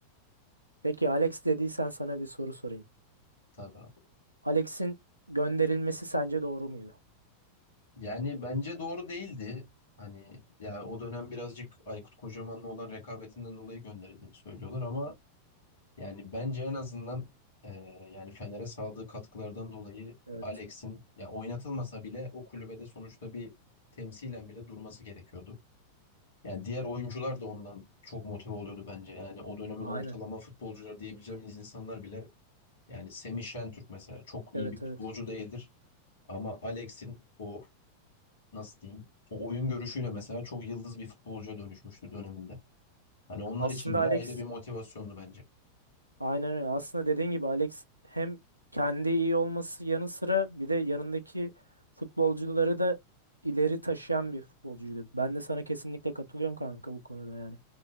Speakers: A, on the right; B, on the left.
A: Peki Alex dediysen sana bir soru sorayım.
B: Tabii abi.
A: Alex'in gönderilmesi sence doğru muydu?
B: Yani bence doğru değildi. Hani ya o dönem birazcık Aykut Kocaman'la olan rekabetinden dolayı gönderildiğini söylüyorlar ama yani bence en azından e, yani Fener'e sağladığı katkılardan dolayı
A: Evet.
B: Alex'in ya oynatılmasa bile o kulübede sonuçta bir temsilen bile durması gerekiyordu. Yani diğer oyuncular da ondan çok motive oluyordu bence. Yani o dönemin
A: Aynen.
B: ortalama futbolcular diyebileceğimiz insanlar bile yani Semih Şentürk mesela çok iyi
A: Evet
B: bir futbolcu
A: evet.
B: değildir. Ama Alex'in o nasıl diyeyim o oyun görüşüyle mesela çok yıldız bir futbolcuya dönüşmüştü döneminde. Hani onlar
A: Aslında
B: için bile
A: Alex
B: ayrı bir motivasyondu bence.
A: aynen öyle. Aslında dediğin gibi Alex hem kendi iyi olması yanı sıra bir de yanındaki futbolcuları da ileri taşıyan bir futbolcuydu. Ben de sana kesinlikle katılıyorum kanka bu konuda yani.